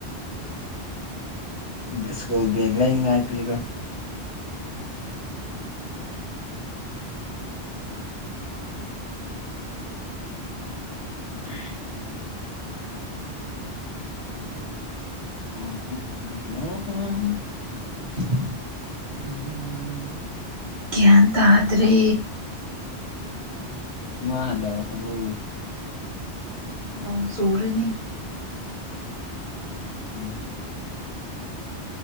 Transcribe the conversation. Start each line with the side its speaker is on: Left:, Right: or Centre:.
Left: ꯕꯦꯁ ꯁ꯭ꯀꫭꯜ ꯕꯦꯒ ꯂꯩꯅꯤꯡꯉꯥꯏ ꯄꯤꯔꯣ꯫ <unintelligible> <unintelligible>
Right: <unintelligible>
Left: <unintelligible>
Right: ꯒ꯭ꯌꯥꯟ ꯇꯥꯗ꯭ꯔꯦ꯫
Left: ꯃꯥ ꯍꯜꯜꯛꯑꯕꯨ
Right: ꯅꯣꯡ ꯆꯨꯔꯅꯤ꯫
Left: ꯎꯝ